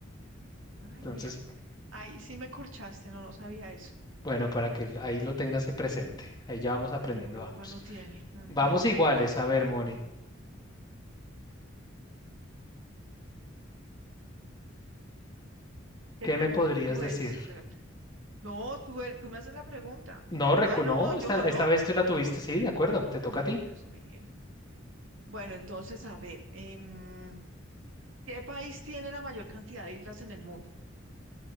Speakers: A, on the right (about 80°); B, on the left (about 20°).
A: Ay,
B: Entonces,
A: mira. Ahí sí me corchaste, no, no sabía eso.
B: bueno, para que ahí lo tengas presente, ahí ya vamos aprendiendo,
A: Europa
B: vamos.
A: no tiene. ujú.
B: Vamos iguales, a ver, Moni,
A: ¿Qué
B: ¿qué
A: pregunta?
B: me podrías
A: Tú
B: decir?
A: eres el de la... pre- No, tú, e- tú me haces la pregunta.
B: No, recu
A: Ah, no,
B: no,
A: yo
B: esta,
A: no.
B: esta vez tú la tuviste, sí, de acuerdo, te toca
A: Ay,
B: a ti.
A: Dios mío. Bueno, entonces, a ver, em, ¿qué país tiene la mayor cantidad de islas en el mundo?